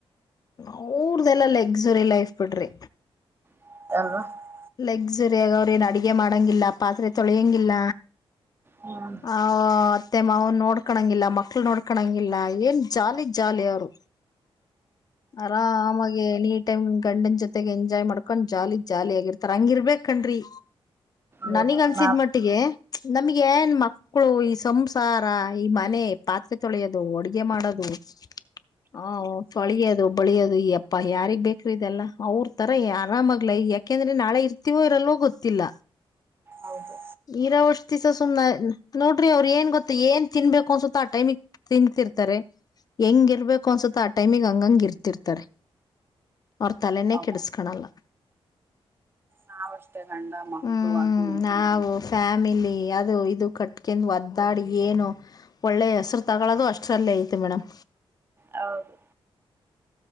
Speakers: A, on the left; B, on the right.
A: ಅವರದೆಲ್ಲ ಲಕ್ಸುರಿ ಲೈಫ್ ಬಿಡ್ರಿ.
B: <inaudible>
A: ಲೆಗ್ಸುರಿಯಾಗಿ ಅವ್ರೇ ಏನ ಅಡಗೆ ಮಾಡಂಗಿಲ್ಲ ಪಾತ್ರೆ ತೊಳೆಯಂಗಿಲ್ಲ.
B: ಹ್ಮ್
A: ಹಾ. ಅತ್ತೆ ಮಾವನ್ ನೋಡ್ಕೊಂಗಿಲ್ಲ ಮಕ್ಳ ನೋಡ್ಕಳಂಗಿಲ್ಲ ಏನ್ ಜಾಲಿ ಜಾಲಿ ಅವರು. ಆರಾಮಾಗಿ ಎನಿ ಟೈಮ್ ಗಂಡನ್ ಜೊತೆಗೆ ಎಂಜಾಯ್ ಮಾಡ್ಕೊಂಡ್ ಜಾಲಿ ಜಾಲಿ ಆಗಿರ್ತ. ಹಂಗಿರಬೇಕ್ ಕಣ್ರಿ
B: ಹೌದು
A: ನನಗ್ ಅನ್ಸಿದ್
B: ನಾ
A: ಮಟ್ಟಿಗೆ. ನಮ್ಗೆ ಏನ್ ಮಕ್ಕಳು ಈ ಸಂಸಾರ ಈ ಮನೆ ಪಾತ್ರೆ ತೊಳೆಯೋದು ಅಡ್ಗೆ ಮಾಡೋದು. <inaudible> ಹ ತೊಳಿಯೋದು ಬಳಿಯೋದು ಈ ಅಪ್ಪ ಯಾರಿಗ್ ಬೇಕ್ರದೆಲ್ಲ ಅವ್ರ ತರ ಆರಾಮಾಗ್ಲ ಯಾಕೆಂದ್ರ. ನಾಳೆ ಇರ್ತೀವೋ ಇರಲ್ವೋ ಗೊತ್ತಿಲ್ಲ
B: ಹೌದು
A: ಇರೋ ವಷ್ಟ ದಿವಸ ಸುಮ್ನೆ. ನೋಡ್ರಿ ಅವ್ರ ಏನ್ ಗೊತ್ತ ಏನ್ ತಿನ್ಬೇಕು ಅನ್ಸುತ್ತ ಆ ಟೈಮಿಗೆ ತಿಂತಿರ್ತಾರೆ. ಹೆಂಗ ಇರ್ಬೇಕು ಅನ್ಸುತ್ತ ಆ ಟೈಮಿಗೆ ಹಂಗಂಗ ಇರ್ತಿರ್ತಾರೆ. ಅವ್ರ ತಲೆನೇ
B: ಹೌದು
A: ಕೆಡಿಸಕಣಲ್ಲ.
B: ನಾವಷ್ಟೇ ಗಂಡ ಮಕ್ಕಳು
A: ಹ್ಮ್
B: ಅದು ಇದು.
A: ನಾವು ಫ್ಯಾಮಿಲಿ ಅದು ಇದು ಕಟ್ಕಂದು ಒದ್ದಾಡಿ ಏನು ಒಳ್ಳೆ ಹೆಸರು ತಗೊಳೋದು ಅಷ್ಟರಲ್ಲೇ ಐತೆ ಮೇಡಮ್.
B: ಹೌದು.